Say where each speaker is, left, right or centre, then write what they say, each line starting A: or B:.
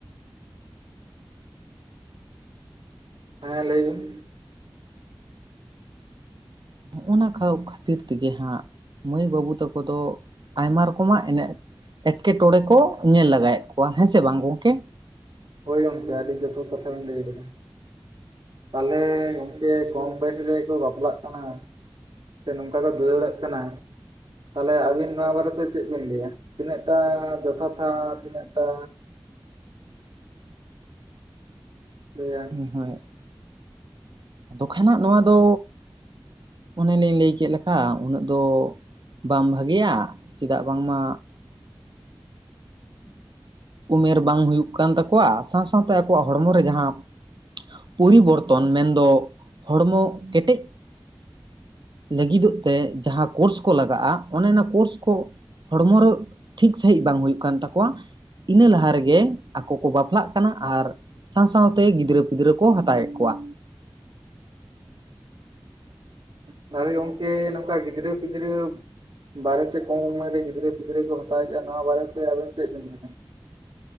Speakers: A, on the right; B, on the right.
A: ᱦᱮᱸ ᱞᱟᱹᱭ ᱵᱤᱱ᱾
B: ᱱᱚᱜᱼᱚ ᱱᱟ ᱠᱷᱟᱹᱣ ᱠᱷᱟᱹᱛᱤᱨ ᱛᱮᱜᱮ ᱦᱟᱸᱜ᱾ ᱢᱟᱹᱭ ᱵᱟᱹᱵᱩ ᱛᱟᱹᱠᱚ ᱫᱚ ᱟᱭᱢᱟ ᱨᱚᱠᱚᱢᱟᱜ ᱮᱱᱮᱡ ᱮᱴᱠᱮᱴᱚᱬᱮ ᱠᱚ ᱧᱮᱞ ᱞᱟᱜᱟᱭᱮᱫ ᱠᱚᱣᱟ ᱦᱮᱸ ᱥᱮ ᱵᱟᱝ ᱜᱚᱝᱠᱮ᱾
A: ᱦᱳᱭ ᱜᱚᱝᱠᱮ ᱟᱹᱰᱤ ᱡᱚᱛᱷᱟᱛ ᱠᱟᱛᱷᱟ ᱵᱮᱱ ᱞᱟᱹᱭ ᱠᱟᱫᱟ᱾ ᱯᱟᱞᱮ ᱜᱚᱝᱠᱮ ᱠᱚᱢ ᱵᱚᱭᱮᱥ ᱨᱮᱜᱮ ᱠᱚ ᱵᱟᱯᱞᱟᱜ ᱠᱟᱱᱟ᱾ ᱥᱮ ᱱᱚᱝᱠᱟ ᱠᱚ ᱫᱟᱹᱲᱮᱜ ᱠᱟᱱᱟ᱾ ᱛᱟᱦᱚᱞᱮ ᱟᱵᱤᱱ ᱱᱚᱣᱟ ᱵᱟᱨᱮᱛᱮ ᱪᱮᱜ ᱵᱤᱱ ᱞᱟᱹᱭᱟ ᱛᱤᱱᱟᱹᱜ ᱴᱟ ᱡᱚᱛᱷᱟᱛᱷᱟ ᱛᱤᱱᱟᱹᱜ ᱴᱟ ᱞᱟᱹᱭᱟ
B: ᱦᱮᱸ ᱦᱳᱸᱭ ᱟᱫᱚ ᱫᱚᱠᱷᱟᱱᱟᱜ ᱱᱚᱣᱟ ᱫᱳ ᱚᱱᱮᱞᱤᱧ ᱞᱟᱹᱭ ᱠᱮᱫ ᱞᱮᱠᱟ ᱩᱱᱟᱹᱜ ᱫᱚ ᱵᱟᱝ ᱵᱷᱟᱹᱜᱮᱭᱟ ᱪᱮᱫᱟᱜ ᱵᱟᱝᱢᱟ ᱩᱢᱮᱨ ᱵᱟᱝ ᱦᱩᱭᱩᱜ ᱠᱟᱱ ᱛᱟᱠᱚᱣᱟ ᱥᱟᱶ ᱥᱟᱶᱛᱮ ᱟᱠᱚᱣᱟᱜ ᱦᱚᱲᱢᱚ ᱨᱮ ᱡᱟᱦᱟᱸ ᱯᱚᱨᱤᱵᱚᱨᱛᱚᱱ ᱢᱮᱱᱫᱚ ᱦᱚᱲᱢᱚ ᱠᱮᱴᱮᱡ ᱞᱟᱹᱜᱤᱫᱚᱜ ᱛᱮ ᱡᱟᱦᱟᱸ ᱠᱳᱨᱥ ᱠᱚ ᱞᱟᱜᱟᱜ-ᱟ ᱚᱱᱮ ᱚᱱᱟ ᱠᱳᱨᱥ ᱠᱚ ᱦᱚᱲᱢᱚ ᱨᱚ ᱴᱷᱤᱠ ᱥᱟᱺᱦᱤᱡ ᱵᱟᱝ ᱦᱩᱭᱩᱜ ᱠᱟᱱ ᱛᱟᱠᱚ᱾ ᱠᱚᱣᱟ ᱤᱱᱟᱹ ᱞᱟᱦᱟ ᱨᱮᱜᱮ ᱟᱠᱚ ᱠᱚ ᱵᱟᱯᱞᱟᱜ ᱠᱟᱱᱟ ᱟᱨ ᱥᱟᱶ ᱥᱟᱶ ᱛᱮ ᱜᱤᱫᱽᱨᱟᱹ ᱯᱤᱫᱽᱨᱟᱹ ᱠᱚ ᱦᱟᱛᱟᱣᱮᱫ ᱠᱚᱣᱟ᱾
A: ᱛᱟᱦᱚᱞᱮ ᱜᱚᱝᱠᱮ ᱱᱚᱝᱠᱟ ᱜᱤᱫᱽᱨᱟᱹᱼ ᱯᱤᱫᱽᱨᱟᱹ ᱵᱟᱨᱮᱛᱮ ᱠᱚᱢ ᱩᱢᱮᱨ ᱨᱮ ᱜᱤᱫᱽᱨᱟᱹ- ᱯᱤᱫᱽᱨᱟᱹ ᱠᱚ ᱦᱟᱛᱟᱣᱮᱫᱼᱟ, ᱱᱚᱣᱟ ᱵᱟᱨᱮ ᱛᱮ ᱟᱵᱮᱱ ᱪᱮᱫ ᱵᱮᱱ ᱢᱮᱱᱮᱜᱼᱟ?